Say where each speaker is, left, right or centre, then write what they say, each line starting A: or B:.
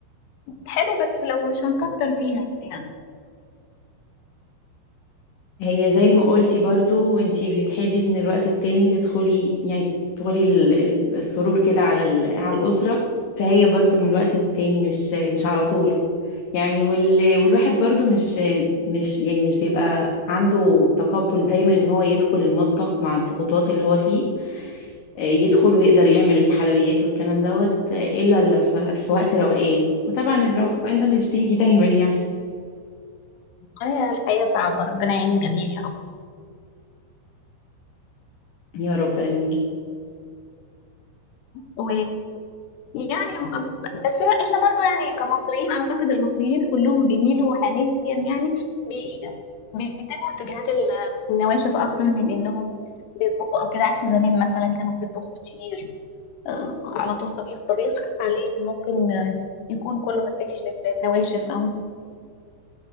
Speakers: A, on the left (about 85°); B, on the left (about 55°).
A: حلو بس لو مش هنكتر فيها يعني
B: هي زي ما قلتي برضو وانتي بتحبي من الوقت التاني تدخلي يعني تدخلي ال- ال- السرور كده على ال- على الأسرة فهي برضو من الوقت للتاني مش مش على طول يعني وال والواحد برضو مش مش يعني مش بيبقى عنده تقبل دايما ان هو يدخل المطبخ مع الضغوطات اللي هو فيه آه، يدخل ويقدر يعمل الحلويات والكلام دوت آه، الا إلا في في وقت روقان وطبعا الروقان ده مش بيجي دايما يعني
A: الحياة الحياة صعبة ربنا يعين الجميع يا رب
B: يا رب امين
A: و يعني بس احنا برضو يعني كمصريين اعتقد المصريين كلهم بيميلوا حاليا يعني بي- بيتجهوا اتجاهات ال- النواشف اكتر من انهم بيطبخوا او كده عكس زمان مثلا كانوا بيطبخوا كتير آه، على طول طبيخ طبيخ حاليا ممكن آه، يكون كله متجه للنواشف او